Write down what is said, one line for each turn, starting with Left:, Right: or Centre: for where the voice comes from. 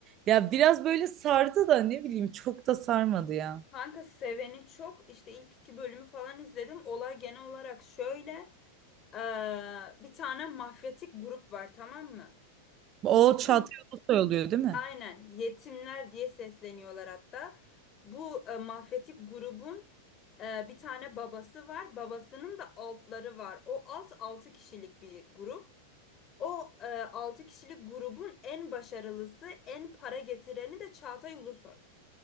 Right: Ya biraz böyle sardı da ne bileyim çok da sarmadı ya.
Left: Kanka seveni çok. işte ilk iki bölümü falan izledim. Olay genel olarak şöyle. eee, bir tane mafyatik grup var tamam mı?
Right: O
Left: Bunların
Right: Çağatay Ulusoy oluyor değil mi?
Left: Aynen yetimler diye sesleniyorlar hatta. Bu e, mafyatik grubun e, bir tane babası var. Babasının da altları var. O alt 6 kişilik bir grup. O e, 6 kişilik grubun en başarılısı, en para getireni de Çağatay Ulusoy.